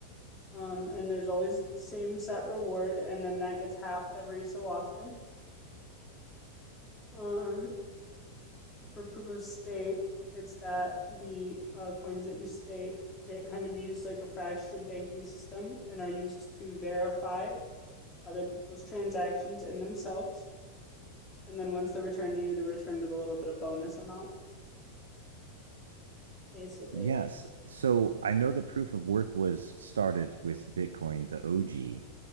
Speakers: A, on the left; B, on the right.
A: Um, and there's always the same set reward, and then that gets halved every so often. Um, for proof of stake, it's that the uh, coins that you stake get kind of used like a fractured banking system and are used to verify other people's transactions in themselves. And then once they're returned to you, they're returned with a little bit of bonus amount, basically.
B: yes. So I know that proof of work was started with Bitcoin, the OG.